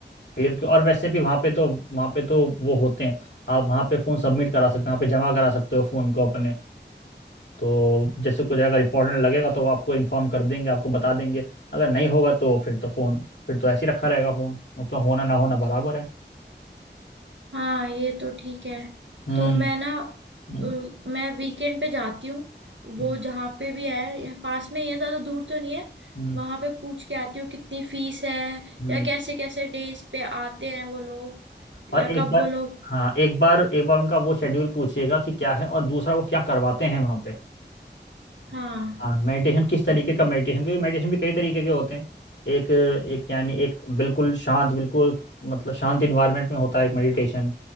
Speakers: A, on the left; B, on the right.
A: फिर क्यों- और वैसे भी वहाँ पे तो वहाँ पे तो वो होते हैं आप वहाँ पे फ़ोन सबमिट करा सकते हो वहाँ पे जमा करा सकते हो फ़ोन को अपने तो जैसे कुछ अगर इंपॉर्टेंट लगेगा तो वो आपको इन्फॉर्म कर देंगे आपको बता देंगे अगर नहीं होगा तो फिर तो फ़ोन फिर तो ऐसे ही रखा रहेगा फ़ोन मतलब होना ना होना बराबर है
B: हाँ ये तो ठीक है
A: हम्म
B: तो मैं ना अ,
A: हम्म
B: मैं वीकेंड पे जाती हूँ वो
A: हम्म
B: जहाँ पे भी है यहाँ पास में ही है ज्यादा दूर तो नहीं है
A: हम्म,
B: वहां पे पूछ के आती हूँ कितनी फीस है
A: हम्म।
B: या कैसे कैसे डेज पे आते हैं वो लोग
A: और
B: या
A: एक
B: कब
A: बार
B: वो लोग
A: हाँ एक बार एक बार उनका वो शेड्यूल पूछिएगा कि क्या है और दूसरा वो क्या करवाते हैं वहाँ पे
B: हाँ
A: हाँ मेडिटेशन किस तरीके का मेडिटेशन क्योंकि मेडिटेशन भी कई तरीके के होते हैं एक एक यानी एक बिल्कुल शांत बिल्कुल मतलब शांत इन्वायरमेंट में होता है एक मेडिटेशन